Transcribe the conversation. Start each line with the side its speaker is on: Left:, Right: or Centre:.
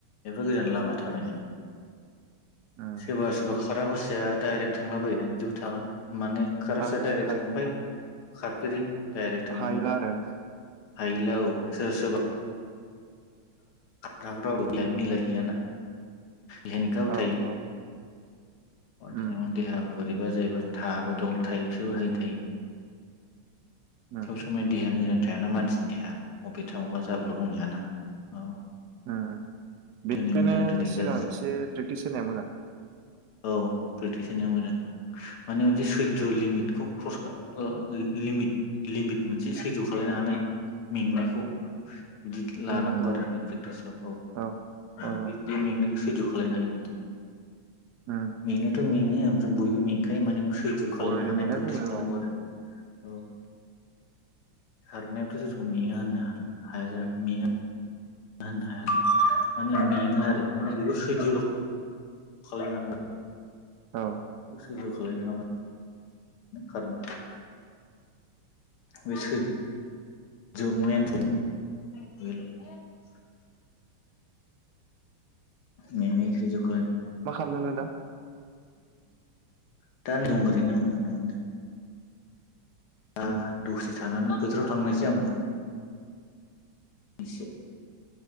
Left: एफा गोजान लामा थाबायनाय
Right: उम
Left: सोरबा-सोरबा खारा हुसिया डाइरेक्ट थांला बायोना बिदिबो थागोन माने खारासे
Right: थागोना
Left: डाइरेक्ट
Right: थायो
Left: थांबाय खारफेरै डाइरेक्ट थांबाय
Right: हायोला आरो
Left: हायैला औ सोरबा-सोरबा कातब <unintelligible> आ मिलाय हैया ना जेन गाव
Right: औ
Left: थायो
Right: औ
Left: <unintelligible>
Right: उम
Left: देहा ओरैबा जाहैबा थाबो दल' थायो बिसोरबो हायो थायो
Right: उम
Left: सब समाया देहाया मोजां थायाना मानसिनि देहा अबेथाव मा जाब्रब्रो बुंनो हाया ना औ
Right: ओ ओ
Left: दिनै
Right: बेखायनो
Left: मोजां दिनै
Right: सिगां
Left: गाज्रि
Right: एसे प्रेक्टिस होनाया मोजां
Left: औ प्रेक्टिस होनाया मोजां माने मोनसे सैध' लिमिटखौ <unintelligible> लिमिट मोनसे सैज्य' खालायनो हानाय मेंनायखौ <inaudible> सोलायनो
Right: मेंनायखौ औ
Left: हायो
Right: औ
Left: बिदि
Right: उम
Left: मेंनायाथ' मेङो ओ ओमफ्राय बयबो मेंखायो माने <unintelligible> सैज खालामनो
Right: बयनो
Left: हानाय
Right: मेंना
Left: प्रेकटिस
Right: दङो
Left: खालामगौ
Right: औ
Left: आरो औ। खारनायावथ' सोरखौ मेङा होननो हानो हाया जा मेङा। <inaudible> माने
Right: उम
Left: मेङो आरो। माने बेखौ सैज' खालामनो हानांगौ
Right: औ
Left: सैज' खालायनो हाबा खारनो बे सैज <inaudible> मेंनाय सैज <inaudible>
Right: मा खालामदों नों दा
Left: <inaudible> दा दं ओरैनो आंबो न'आवनो दा
Right: उम
Left: दसे थानानै फोथाराव थांनायसै आंबो एसे